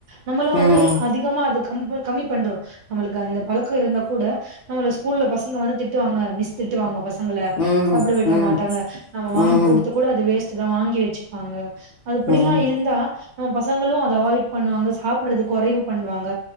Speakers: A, on the right (about 65°); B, on the left (about 60°).
A: நம்மளும் வந்து
B: ம்
A: அதிகமா அது கம் கம்மி பண்றோம் நம்மளுக்கு அந்த பழக்கம் இருந்தா கூட நம்மள ஸ்கூல்ல பசங்க வந்து திட்டுவாங்க மிஸ் திட்டுவாங்க பசங்கள
B: ம்
A: சாப்பிட விட
B: ம்
A: மாட்டாங்க நம்ம வாங்கி
B: ம்
A: கொடுத்த கூட அது வேஸ்ட் தான் வாங்கி வச்சு வச்சுப்பாங்க அதுப்படிலாம்
B: ம்
A: இருந்தா நம்ம பசங்களும் அதை அவாய்ட் பண்ணுவாங்க சாப்பிடறதுக்கு குறைவு பண்ணுவாங்க